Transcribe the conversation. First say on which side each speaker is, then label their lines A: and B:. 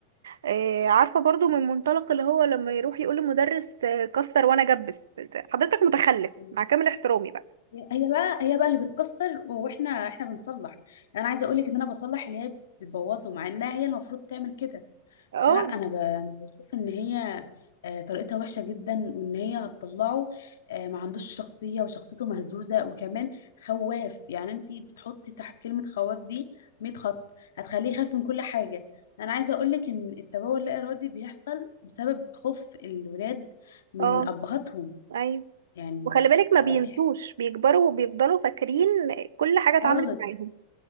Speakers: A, on the right; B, on the left.
A: آه، عارفة برضو من منطلق اللي هو لما يروح يقول للمدرس آه، كسر وانا جبس حضرتك متخلف
B: هي
A: مع كامل احترامي بقى
B: هي بقى هي بقى اللي بتكسر واحنا احنا بنصلح انا عايزه اقول لك ان انا بصلح اللي هي بتبوظه مع انها هي المفروض تعمل كده
A: اه
B: فلا انا ب- أنا بشوف ان هي آه، طريقتها وحشه جدا وان هي هتطلعه آه، ما عندوش شخصيه وشخصيته مهزوزه وكمان خواف يعني انت بتحطي تحت كلمه خواف دي 100 خط هتخليه يخاف من كل حاجه انا عايزه اقول لك ان التبول اللا ارادي بيحصل بسبب خوف الولاد من
A: اه
B: ابهاتهم
A: ايوه
B: يعني
A: وخلي بالك ما بينسوش
B: آه، في حاجة
A: بيكبروا وبيفضلوا فاكرين كل حاجة اتعملت
B: خالص
A: معاهم